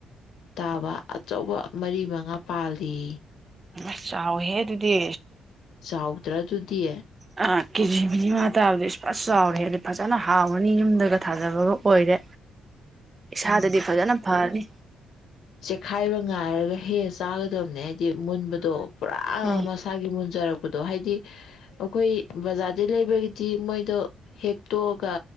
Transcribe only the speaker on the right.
ꯑꯁ ꯆꯥꯎꯋꯤꯍꯦ ꯑꯗꯨꯗꯤ
ꯑꯥ ꯀꯦꯖꯤ ꯃꯔꯤ ꯃꯉꯥ ꯇꯥꯕꯗ ꯏꯁ ꯐꯖꯅ ꯆꯥꯎꯔꯦ ꯍꯥꯏꯗꯤ ꯐꯖꯅ ꯍꯥꯎꯔꯅꯤ ꯌꯨꯝꯗꯒ ꯊꯥꯖꯕꯒ ꯑꯣꯏꯔꯦ ꯏꯁꯥꯗꯗꯤ ꯐꯖꯅ ꯐꯔꯅꯤ
ꯎꯝ